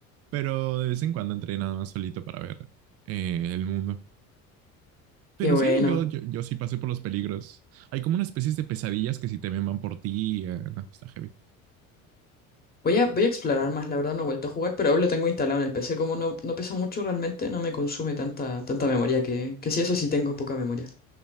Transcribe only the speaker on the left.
Qué bueno.
Voy a, voy a explorar más, la verdad no he vuelto a jugar, pero aún lo tengo instalado en el PC. Como no, no pesa mucho realmente, no me consume tanta, tanta memoria que, que sí, eso sí tengo poca memoria.